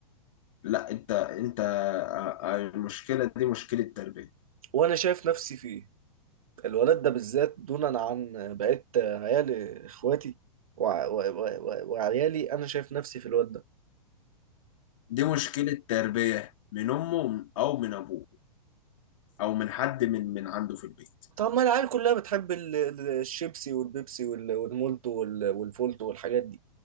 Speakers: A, on the left; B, on the right.
A: لا انت انت آه، آه، المشكله دي مشكله تربيه
B: وانا شايف نفسي فيه الولد ده بالذات دونا عن بقية عيال اخواتي وع- و- و- و- وعيالي انا شايف نفسي في الواد ده
A: دي مشكله تربيه من امه او من ابوه او من حد من من عنده في البيت
B: طب ما العيال كلها بتحب ال- ال- الشيبسي والبيبسي وال- والمولتو وال- والفولتو والحاجات دي